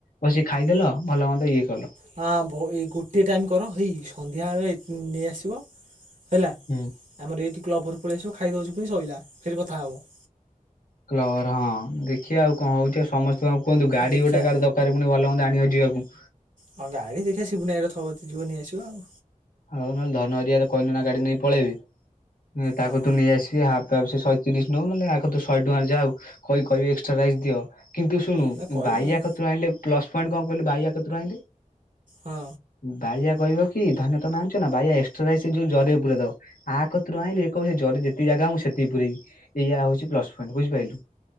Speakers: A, on the left; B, on the right.
A: ବସି ଖାଇଦେଲ ଭଲ ମନ୍ଦ ଇଏ କଲ।
B: ହଁ ଭୋ ଏ ଗୋଟିଏ ଟାଇମ୍ କର ହେଇ ସନ୍ଧ୍ୟାବେଳେ ନେଇଆସିବ। ହେଲା,
A: ହୁଁ।
B: ଆମର ଏଇଠି କ୍ଲବ୍ ଘରକୁ ପଳେଇ ଆସିବ ଖାଇଦଉଛୁ, ପୁଣି ସଇଲା ସେଇଠି କଥା ହବ।
A: କ୍ଲବ୍ ଘର ହଁ ଦେଖିଆ ଆଉ କଣ ହଉଛି ଏ ସମସ୍ତେ କଣ କୁହନ୍ତୁ ଗାଡି
B: ଦେଖିଆ
A: ଗୋଟା କାର ଦ କାରେ ପୁଣି ଭଲ ମନ୍ଦ ଆଣିବାକୁ ଯିବାକୁ।
B: ହଁ ଗାଡି ଦେଖିଆ ସିପିନୁ ଭାଇ ର ଥବ ତି ଯିବୁ ନେଇ ଆସିବ ଆଉ।
A: ହଉ ନହେଲେ ଧନ ହେରିଆରେ କହିମି ନା ଗାଡି ନେଇ ପଳେଇବି। ନେ- ତାକୁ
B: ହଁ
A: ତୁ ନେଇ ଆସିବି ହା ତାର ସେ ଶଏ ତିରିଶ ନଉ ନନେ ଆ କତୁ ଶଏ ଟଙ୍କା ଯାଉ, କହି କହି ଏକ୍ସଟ୍ରାା ରାଇସ୍ ଦିଅ। କିନ୍ତୁ ଶୁଣୁ
B: ନା କହିବା
A: ବାଇୟା
B: ଆଉ
A: କତୁ ଆଣିଲେ ପ୍ଲସ୍ ପଏଣ୍ଟ କଣ କହିଲୁ ବାଇୟା କତରୁ ଆଣିଲେ?
B: ହଁ।
A: ବାଇୟା କହିବ କି ଧାନ ତୋମେ ଆଣିଛ ନା ବାଇୟା ଏକ୍ସଟ୍ରା ରାଇସି ଯୋଉ ଜରିରଃ ପୁରେଇ ଦବ। ଆ କତରୁ ଆଣିଲେ କହିବ ହେ ଜରି ଯେତିକି ଜାଗା ମୁଁ ସେତିକି ପୁରେଇବି। ଏଇଆା ହଉଛି ପ୍ଲସ୍ ପଏଣ୍ଟ ବୁଝିପାଇଲୁ?